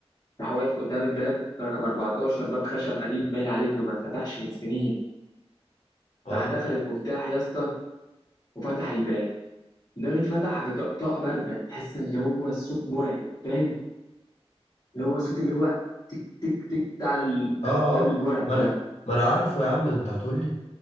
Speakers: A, on the left (about 35°); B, on the left (about 85°).
A: راح واقف قدام الباب رقم 14 باب خشب قديم باين عليه انه ما اتفتحش من سنين
B: اه
A: راح دخل المفتاح يا اسطى وفتح الباب ده بيتفتح بطقطقه بارده تحس ان هو الصوت مرعب فاهم اللي هو صوت اللي هو تك تك تك بتاع الافلام
B: اه اه
A: المرعب
B: ما انا
A: ده
B: ما انا عارفه يا عم انت هتقول لي